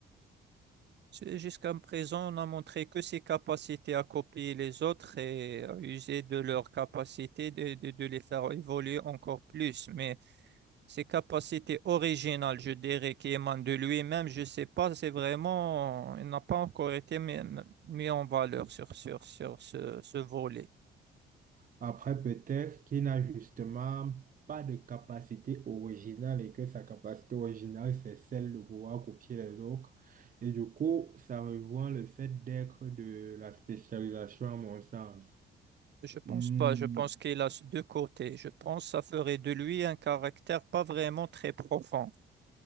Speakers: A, on the right; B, on the right.
A: C'est- Jusqu'à présent, on a montré que ses capacités à copier les autres et à user de leurs capacités de, de, de les faire évoluer encore plus. Mais ses capacités originales, je dirais, qui émanent de lui-même, je sais pas, c'est vraiment, il n'a pas encore été mis, mis en valeur sur, sur, sur ce, ce volet.
B: Après, peut-être qu'il n'a justement pas de capacité originale et que sa capacité originale, c'est celle de pouvoir copier les autres. Et du coup, ça rejoint le fait d'être de la spécialisation à mon sens.
A: Je pense
B: Hmm,
A: pas, je pense qu'il a deux côtés. Je pense que ça ferait de lui un caractère pas vraiment très profond.